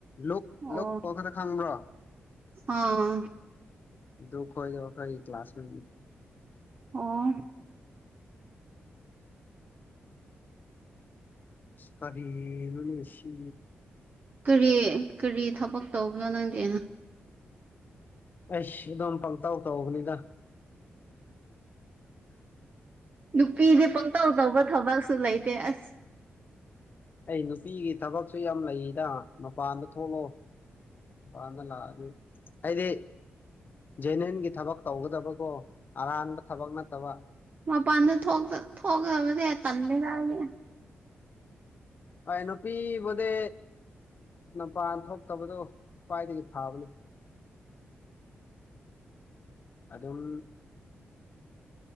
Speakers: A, on the left; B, on the right.
A: ꯂꯣꯛ ꯂꯛ
B: ꯑꯣ
A: ꯀꯈꯛꯇ ꯈꯪꯕ꯭ꯔꯥ
B: ꯑꯥ
A: ꯗꯨ ꯈ ꯑꯣꯏꯗ ꯋꯥꯈ ꯑꯩ ꯀ ꯀ꯭ꯂꯥꯁ ꯃꯗꯤ
B: ꯑꯣ
A: ꯀꯔꯤꯅꯁꯤ
B: ꯀꯔꯤ ꯀꯔꯤ ꯊꯕꯛ ꯇꯧꯕꯅꯣ ꯅꯪꯗꯤ
A: ꯑꯩꯁ ꯑꯗꯨꯝ ꯄꯪꯇꯥꯎ ꯇꯧꯕꯅꯤꯗ
B: ꯅꯨꯄꯤꯗꯤ ꯄꯪꯇꯧ ꯇꯧꯕ ꯊꯕꯛꯁꯨ ꯂꯩꯇ ꯄꯁ
A: ꯑꯩ ꯅꯨꯄꯤꯒꯤ ꯊꯕꯛꯁꯨ ꯌꯥꯝ ꯂꯩꯔꯤꯗ ꯃꯄꯥꯟꯗ ꯊꯣꯛꯂꯑꯣ ꯄꯥꯟꯗꯂ ꯑꯗꯨ ꯑꯗꯤ ꯖꯦꯅꯦꯟꯒꯤ ꯊꯕꯛ ꯇꯧꯒꯗꯕꯀꯣ ꯑꯔꯥꯟꯕ ꯊꯕꯛ ꯅꯠꯇꯕ
B: ꯃꯄꯥꯟꯗ ꯊꯣꯛꯈꯕꯗꯤꯦ ꯇꯜꯂꯦꯔꯗꯤ
A: ꯑꯩꯥꯏ ꯅꯨꯄꯤꯕꯨꯗꯤ ꯅꯨꯄꯥꯟ ꯊꯣꯛꯇꯕꯗꯨꯣ ꯄꯥꯏꯗꯒ ꯊꯥꯕ ꯂꯩ ꯑꯗꯨꯝ